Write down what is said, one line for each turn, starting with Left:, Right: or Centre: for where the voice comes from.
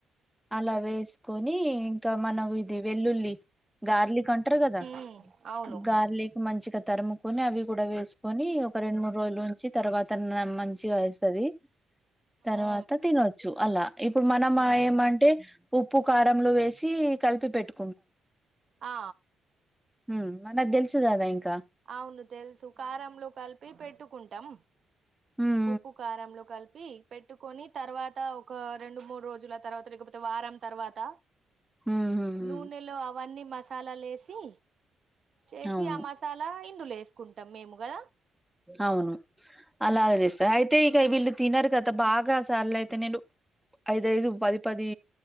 Centre: అలా వేస్కోని ఇంకా మనం ఇది వెల్లుల్లి గార్లిక్ అంటరు గదా
Right: ఉ అవును
Centre: గార్లిక్ మంచిగ తరుముకొని అవి గుడా వేసుకోని ఒక రొండు మూడు రోజులుంచి తర్వాత మ వస్తది తర్వాత
Right: ఉ
Centre: తినొచ్చు అలా ఇప్పుడు మనమా
Right: ఆహా
Centre: ఏమంటే ఉప్పు కారంలు వేసి కలిపి పెట్టు
Right: ఆ
Centre: హ్మ్ మనక్ తెల్షు గదా ఇంక్
Right: అవును తెలుసు కారంలో కలిపి పెట్టుకుంటం
Centre: ఉమ్
Right: ఉప్పు కారంలో కల్పి పెట్టుకొని తర్వాత ఒక రెండు మూడు రోజుల తర్వాత లేకపోతే వారం తర్వాత
Centre: ఉమ్ ఉమ్ ఉమ్
Right: నూనెలో అవన్నీ మసాలాలేసి చేసి
Centre: అవును
Right: ఆ అలా ఇందు లేసుకుంటాం మేము గా
Centre: అవును అలాగే చేస్తా అయితే వీళ్ళు తినరు కదా బాగా సార్లైతే ఐదైదు పది పది